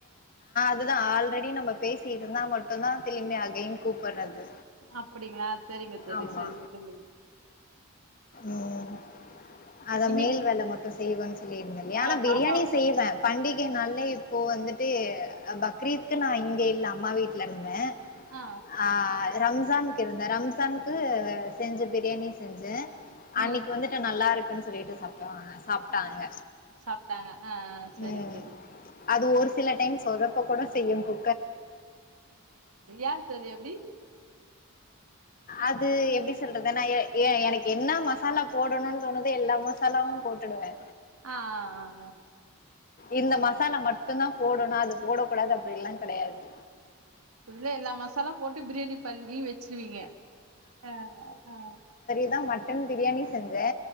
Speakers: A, on the left; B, on the right.
A: அதுதா ஆல்ரெடி நம்ம பேசி இருந்தா மட்டுதா திரும்பி அகைன் கூப்புட்றது
B: அப்டிங்களா சரிங்க தோழி
A: ஆமா
B: சரிங்க தோழி
A: ம் அத
B: இன்னைக்கு
A: மேல் வேல மட்டு செய்வேன்னு சொல்லி இருந்தேன்லயா ஆனா
B: ஆ
A: பிரியாணி
B: பாப்பா
A: செய்வே பண்டிகை நாள்ல இப்போ வந்துட்டு பக்ரீத்துக் நா இங்க இல்ல அம்மா வீட்ல இருந்தே
B: ஆ
A: ஆ ரம்சான்கு இருந்தே ரம்சான்கு செஞ்ச பிரியாணி செஞ்சே அன்னிக்கு
B: ம்
A: வந்துட்டு நல்லா இருக்குன்னு சொல்லிட்டு சாப்புடுவாங்க சாப்ட்டாங்க
B: சாப்ட்டாங்க ஆ சரி
A: ம்
B: தோழி
A: அது ஒரு சில டைம் சொதப்ப கூட செய்யு கு
B: ஏ தோழி அப்டி
A: அது எப்டி சொல்றது நா ஏ எனக்கு என்ன மசாலா போடணுனு தோணுதோ எல்லா ம சாலாவு போட்டுடுவே
B: ஆ ஆ ஆ ஆ
A: இந்த மசாலா மட்டு தா போடணு அது போட கூடாது அப்டில்லா கெடையாது
B: இப்டிதா எல்லா மசாலா போட்டு பிரியாணி பண்ணி வச்சிருவீங்க ஆ ஆ
A: இப்பதா மட்டன் பிரியாணி செஞ்சே